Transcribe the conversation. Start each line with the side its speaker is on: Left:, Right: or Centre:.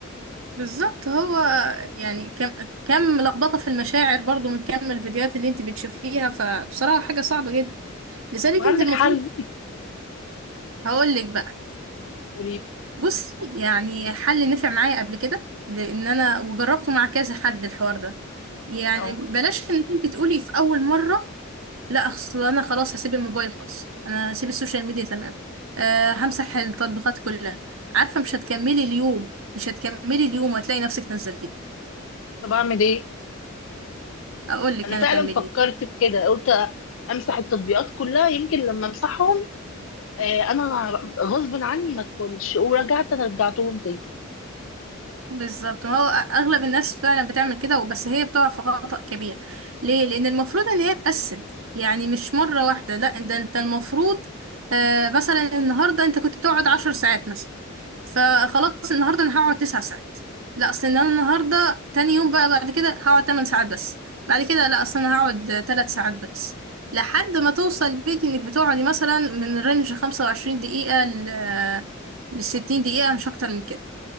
Right: بالظبط هو يعني كم كم لخبطه في المشاعر برضو من كم الفيديوهات اللي انتي بتشوفيها فبصراحه حاجه صعبه جدا لذلك
Left: طب عندك
Right: انت المفروض
Left: حل <laughs>
Right: هقول لك بقى
Left: قولي لي.
Right: بص يعني حل نفع معايا قبل كده لان انا وجربته مع كذا حد الحوار ده يعني
Left: اه
Right: بلاش انك انت تقولي في اول مره لا اصل انا خلاص هسيب الموبايل خالص انا هسيب السوشيال ميديا تمام أه همسح التطبيقات كلها عارفه مش هتكملي اليوم مش هتكملي اليوم وهتلاقي نفسك نزلتيه
Left: طب اعمل ايه
Right: اقول لك
Left: انا
Right: انا
Left: فعلا
Right: تعملي
Left: فكرت
Right: إيه.
Left: في كده قلت امسح التطبيقات كلها يمكن لما امسحهم آه انا غصب عني ما ادخلش ورجعت انا رجعتهم تاني
Right: بالظبط هو اغلب الناس فعلا بتعمل كده وبس هي بتقع في خطأ كبير ليه لان المفروض ان هي تقسم يعني مش مرة واحدة لا ده انت المفروض آه مثلا النهاردة انت كنت بتقعد عشر ساعات مثلا فخلاص النهارده انا هقعد تسع ساعات لا اصل ان انا النهارده تاني يوم بقى بعد كده هقعد تمن ساعات بس بعد كده لا اصل انا هقعد تلات ساعات بس لحد ما توصل بيك انك بتقعدي مثلا من رينج 25 دقيقة ل لستين دقيقة مش اكتر من كده